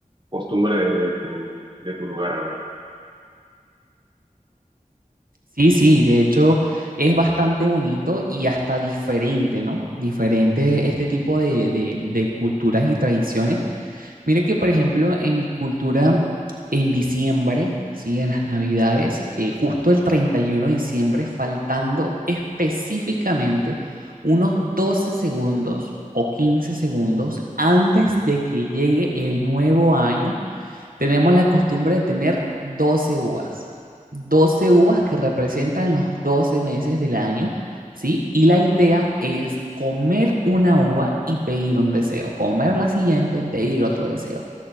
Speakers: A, on the right; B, on the right.
A: costumbre de, de tu, de tu lugar, a ver.
B: Sí, sí, de hecho es bastante bonito y hasta diferente, ¿no? Diferente este tipo de, de- de culturas y tradiciones. Mire que, por ejemplo, en mi cultura, en diciembre, ¿sí? En las Navidades, eh, justo el 31 de diciembre, faltando específicamente unos 12 segundos o 15 segundos antes de que llegue el nuevo año. Tenemos la costumbre de tener doce uvas, 12 uvas que representan los 12 meses del año, ¿sí? Y la idea es comer una uva y pedir un deseo, comer la siguiente, pedir otro deseo.